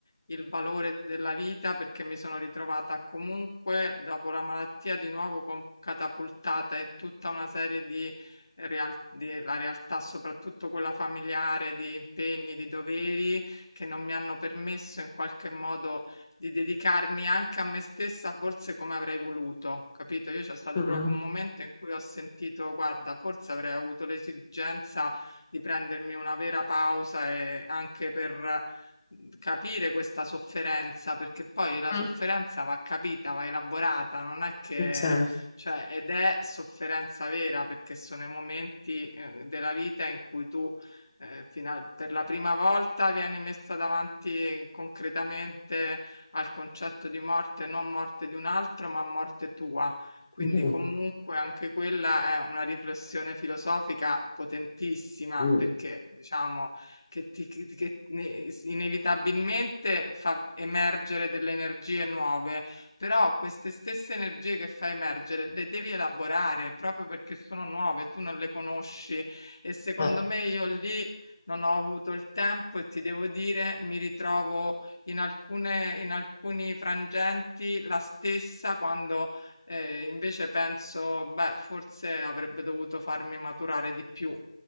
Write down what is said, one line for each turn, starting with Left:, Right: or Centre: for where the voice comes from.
Left: il valore della vita perché mi sono ritrovata comunque dopo la malattia di nuovo con- catapultata in tutta una serie di real- della realtà, soprattutto quella familiare, di impegni, di doveri che non mi hanno permesso in qualche modo di dedicarmi anche a me stessa forse come avrei voluto, capito? Io c'è stato
Centre: Mm.
Left: proprio un momento in cui ho sentito, guarda, forse avrei avuto l'esigenza di prendermi una vera pausa e anche per mhmm, capire questa sofferenza, perché poi la
Centre: Mm.
Left: sofferenza va capita, va elaborata, non è che,
Centre: Certo.
Left: cioè, ed è sofferenza vera, perché sono i momenti eh, della vita in cui tu eh, fino a- per la prima volta vieni messa davanti concretamente al concetto di morte, non morte di un altro, ma morte tua. Quindi
Centre: Eh.
Left: comunque anche quella è una riflessione filosofica potentissima
Centre: Eh,
Left: perché diciamo che, ti, che- che ne- inevitabilmente fa emergere delle energie nuove, però queste stesse energie che fa emergere le devi elaborare proprio perché sono nuove, tu non le conosci e secondo
Centre: eh.
Left: me io lì non ho avuto il tempo e ti devo dire mi ritrovo in alcune in alcuni frangenti la stessa quando, ehm, invece penso: "Beh, forse avrebbe dovuto farmi maturare di più".